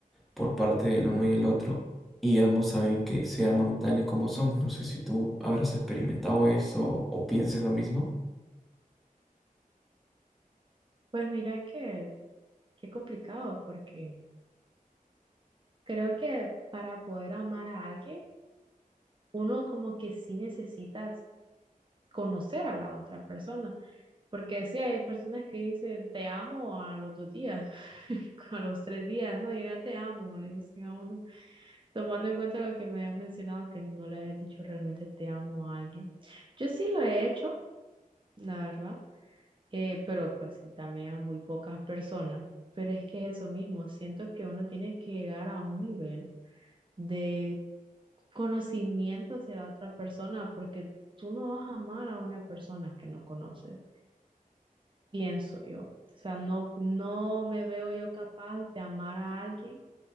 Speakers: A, in the centre; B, on the right (about 35°).
A: por parte del uno y el otro y ambos saben que se aman tal y como son. No sé si tú habrás experimentado eso o pienses lo mismo.
B: Pues mira que Qué complicado, porque creo que para poder amar a alguien, uno como que sí necesitas conocer a la otra persona, porque sí hay personas que dicen te amo a los dos días, <laughs> a los tres días, no, yo ya te amo, le dicen a uno, tomando en cuenta lo que me habías mencionado, que no le habías dicho realmente te amo a alguien. Yo sí lo he hecho, la verdad, eh, pero pues sí, también a muy pocas personas, pero es que es eso mismo, siento que uno tiene que llegar a un nivel de conocimiento hacia la otra persona, porque tú no vas a amar a una persona que no conoces, pienso yo. O sea, no, no me veo yo capaz de amar a alguien